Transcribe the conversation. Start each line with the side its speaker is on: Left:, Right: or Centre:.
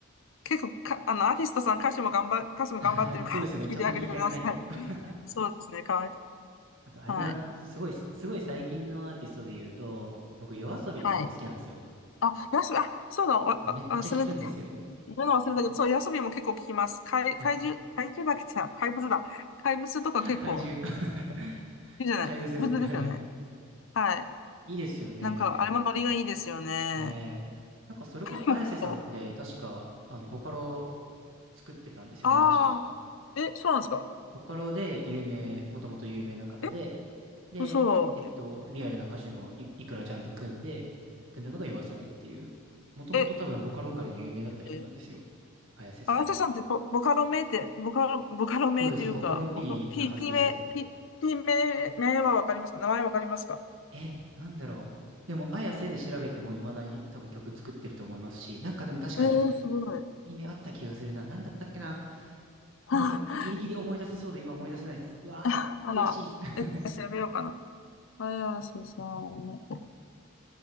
Left: 結構か、あの、アーティストさん歌詞も頑張、歌詞も頑張ってるから聞いてあげてください。
Right: <laughs> そうですよね。ちゃんと聴いてあげないと。<laughs>
Left: そうですね、かわいそ
Right: あと、あれだな。
Left: う。はい。
Right: すごい、すごい最近のアーティストで言うと、僕、夜遊びすごい好きなんですよ。
Left: はい。あ、ヤスビ、あ、そうだ、わ、
Right: めっちゃ聴くんですよ。
Left: わ忘れて、言うの忘れたけど、そう、ヤスビも結構聞きます。怪、
Right: あ、
Left: 怪獣、怪獣だっけさ、怪物だ。怪物とか結構、
Right: 怪獣。<laughs>
Left: いいじゃない。
Right: 怪物ですね。
Left: 怪物ですよね。はい。
Right: <laughs> いいですよね。
Left: なんか、あれもノリがいいですよね。
Right: ねえ。なんか、それこそ、
Left: でも結構、
Right: 綾瀬さんって、確か、あの、ボカロ作ってたんですよね、
Left: ああ、
Right: 確か。
Left: え、そうなんですか。
Right: ボカロで有名、もともと有名な方で、
Left: え、
Right: で、
Left: 嘘。
Right: えっと、リアルな歌手のい、いくらちゃんと組んで、組んだのが夜遊びっていう、もともと多分ボカロ界で有名だった人なんですよ、
Left: え、え、
Right: 綾瀬さん。
Left: あやささんってボ、ボカロ名って、ボカロ、ボカロ名というか、
Right: そうです、ボカロ P
Left: ボカ、P、
Right: なはずですよ。
Left: P 名、P、P 名、名はわかりますか名前わかりますか
Right: え、なんだろう。でも、綾瀬で調べても未だに多分曲作ってると思いますし、なんかでも確かに、
Left: えー、すごい。
Right: いい目あった気がするな。なんだったっけな。あなんか、
Left: <laughs>
Right: ギリギリ思い出せそうで今思い出せないです。うわ、
Left: ああら、
Right: 悔しい。<laughs>
Left: えっと、調べようかな。綾瀬さん